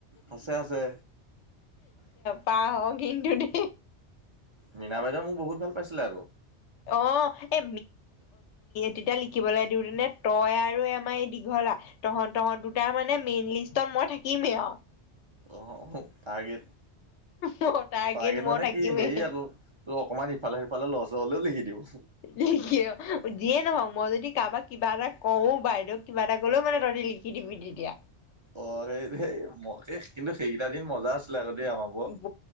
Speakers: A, on the right (about 40°); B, on the left (about 85°).
A: আছে, আছে।
B: পা হ কিন্তু দে
A: মীনা বাইদেউ মোক বহুত ভাল পাইছিলে আকৌ।
B: অ, এ, তেতিয়া লিখিবলৈ দিওঁতেনে তই আৰু আমাৰ এই দীঘলা তহঁত, তহঁত দুটাৰ মানে মেইন লিষ্টত মই থাকিমেই আৰু।
A: অ। টাৰ্গেট,
B: মোৰ
A: টাৰ্গেট
B: মই
A: মানে
B: থাকিমেই
A: কি হেৰি আকৌ। টো অকনমান ইফালে সিফালে লৰ-চৰ হলেও লিখি দিব।
B: লিখে অ, যিয়ে নহওক মই যদি কাৰোবাক কিবা এটা কওঁ, বাইদেউক কিবা এটা ক'লেও মানে তহঁতি লিখি কি দিবি তেতিয়া
A: অ, সেই, সেই, হে কিন্তু সেইকেইটা দিন মজা আছিলে আক' দেই আমাৰা ব
B: ব